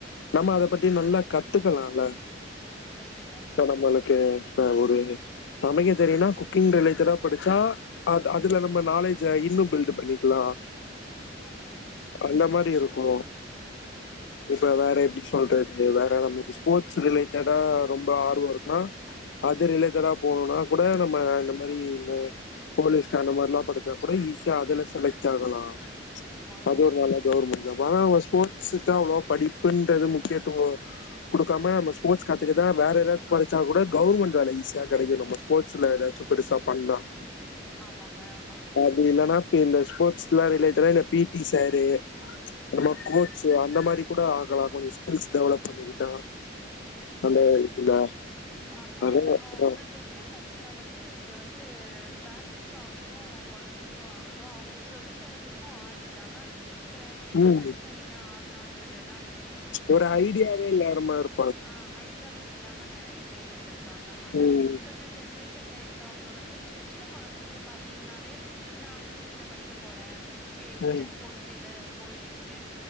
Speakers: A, on the left (about 65°); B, in the centre.
A: நம்ம அத பத்தி நல்லா கத்துக்கலால்ல
B: கரெட்டுங்க
A: ப்ப நம்மளுக்கு இப்ப ஒரு சமைக்க தெரியுன்னா குக்கிங் ரிலேட்டடா படிச்சா அத் அதுல நம்ம நாலேஜ் ஜ இன்னு பில்டு பண்ணிக்கலா
B: ஆமாங்க
A: அந்த மாரி இருக்கு இப்ப வேற எப்டி சொல்றத் இது வேற நம்மளுக்கு ஸ்போர்ட்ஸ் ரிலேட்டடா ரொம்ப ஆர்வோ இருந்தா அது ரிலேட்டடா போணுன்னா கூட நம்ம இந்த மாரி இந்த போலீஸ்க்கார் அந்த மாரிலா படுச்சா குட ஈஸியா அதுல செலக்ட் ஆகலா
B: ஆமாங்க
A: அது ஒரு நல்ல கவுர்மெண்ட் ஜாப் ஆனா அவுங்க ஸ்போர்ட்ஸுக்கு அவ்ளோவா படிப்புன்றது முக்கியத்துவோ குடுக்காம நம்ம ஸ்போர்ட்ஸ் கத்துக்கதா வேற எதாச்சு படிச்சா கூட கவுர்மெண்ட் வேல ஈஸியா கெடைக்கு நம்ம ஸ்போட்ஸ்ல எதாச்சு பெருசா பண்றா
B: ஆமாங்க ஆமா
A: அப்டி இல்லனா இப்ப இந்த ஸ்போர்ட்ஸ்ல ரிலேட்டடா இந்த பி டி சாரு நம்ம
B: ம்
A: கோச்சு அந்த மாரி கூட ஆகலா கொஞ்சோ ஸ்கில்ஸ் டெவலப் பண்ணிக்கிட்டா
B: ம்
A: அந்த இதுல
B: ஆமா
A: அதா
B: நம்ம
A: அதா
B: ஒரு ஜன் ட்ரேஷன்ல வந்து இது வந்து பேரண்ட்ஸு ஆகட்டு கொழந்தைங்ளு ஆகட்டு அவுங்களுக்கு சொல்லி த்தறதுக்கு ஆள் இல்லாம எ என்ன
A: ம்
B: படிச்சா என்ன ஆகலான்றதலா வி
A: ஒரு ஐடியாவே இல்லாறம்ம இருப்
B: ஆ ஐடியாவே இல்லாம நெறையா பேர் இருந்துர்ருக்காங்க ஆனா
A: ம்
B: இப்பத்த ஜென்ரேஷன்ல இருக் க அவுங்க வந்து சின்ன சின்ன கொழந்தைங்ள பாத்தீங்னாலே நா அடுத்து இத படிக்க போற எக்ஸ்ட்டா
A: ம்
B: கோஸ் இது போய்ட்ருக்க